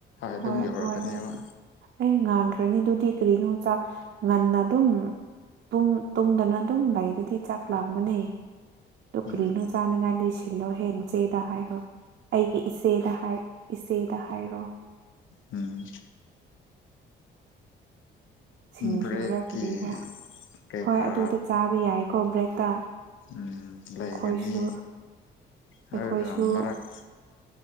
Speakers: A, on the left; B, on the right.
A: ꯑꯗꯨꯝ
B: ꯍꯣꯏ
A: ꯌꯧꯔꯛꯀꯅꯦꯕ
B: ꯑꯗꯨꯃꯥꯏꯅ ꯑꯩ ꯉꯥꯡ ꯈꯈ꯭ꯔꯅꯤꯗꯨꯗꯤ ꯀꯔꯤꯅꯣꯗ ꯉꯟꯅ ꯑꯗꯨꯝ ꯄꯨꯡ ꯇꯨꯝꯗꯅ ꯑꯗꯨꯝ ꯂꯩꯔꯗꯤ ꯆꯥꯛ ꯂꯥꯝꯕꯅꯦ ꯇꯣ
A: ꯎꯝ
B: ꯀ꯭ꯔꯤꯅꯣ ꯆꯥꯅꯤꯡꯉꯥꯏꯗ ꯁꯤꯜꯂꯣ ꯅꯆꯦꯗ ꯍꯥꯏꯔꯣ ꯑꯩꯒꯤ ꯏꯆꯦꯗ ꯍꯥꯏ ꯏꯆꯦꯗ ꯍꯥꯏꯔꯣ
A: ꯎꯝ
B: ꯁꯤꯡꯖꯨꯔꯥ
A: ꯕ꯭ꯔꯦꯛꯀꯤ
B: ꯀꯔꯤꯔꯥ
A: ꯀꯩꯀꯥ
B: ꯍꯣꯏ ꯑꯗꯨꯗ ꯆꯥꯕ ꯌꯥꯏꯀꯣ ꯕ꯭ꯔꯦꯛꯇ
A: ꯎꯝ ꯂꯩꯒꯅꯤ
B: ꯑꯩꯈꯣꯏꯁꯨ
A: ꯍꯥꯏꯔꯒ
B: ꯑꯩꯈꯣꯏꯁꯨ
A: ꯃꯔꯥꯛ